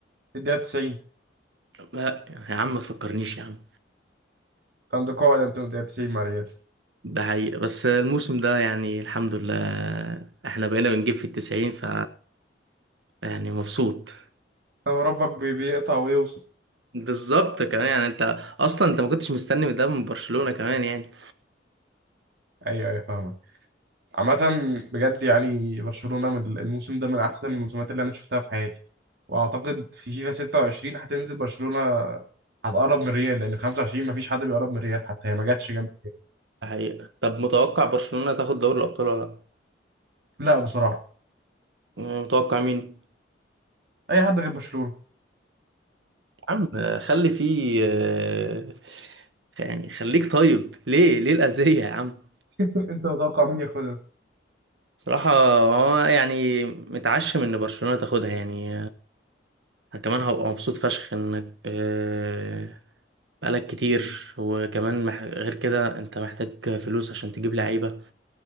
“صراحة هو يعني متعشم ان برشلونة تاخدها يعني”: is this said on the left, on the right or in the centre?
Right